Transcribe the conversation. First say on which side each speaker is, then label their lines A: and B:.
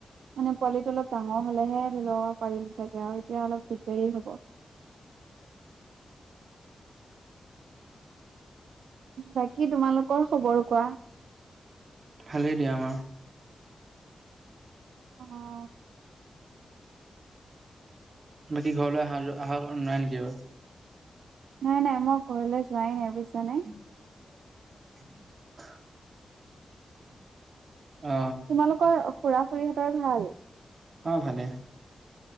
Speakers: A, on the right; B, on the right.
A: মানে পোৱালিটো অলপ ডাঙৰ হলেহে ধৰি ল পাৰিম চাগে আও, এতিয়া অলপ দিগদাৰি হ'ব। বাকী তোমালোকৰ খবৰ কোৱা?
B: ভালেই দিয়া আমাৰ।
A: অঁ'
B: বাকী ঘৰলৈ অহা যোৱা অহা নাই নেকি আৰু?
A: নাই, নাই মই ঘৰলৈ যোৱাই নাই বুছা নে?
B: <unintelligible> অ,
A: তোমালোকৰ খুৰা-খুৰীহঁতৰ ভাল?
B: অ, ভালে।